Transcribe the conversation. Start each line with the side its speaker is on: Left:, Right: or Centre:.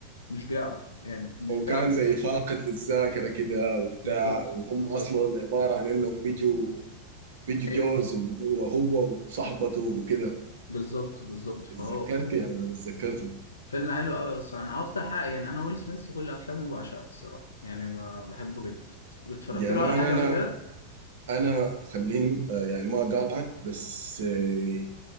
Left: مش بيعرف يعني مش
Right: وكان
Left: بيعرف
Right: زي فاقد للذاكرة كده وبتاع
Left: بالظبط
Right: وهم
Left: بالظبط
Right: أصلا عبارة عن إنهم بيجوا بيجوا
Left: ايوه
Right: جوز إنه هو هو وصاحبته وكده
Left: بالظبط بالظبط فهو
Right: اتذكرت يا مان اتذكرته
Left: فيلم حلو قوي اصلا انا اكتر حاجه يعني انا ويل سميث كل افلامه بعشقها الصراحه يعني ب- بحبه جدا اتفرجت
Right: يا
Left: له
Right: مان
Left: على حاجه
Right: أنا
Left: قبل كده
Right: أنا خليني آه، يعني ما أقاطعك بس آه،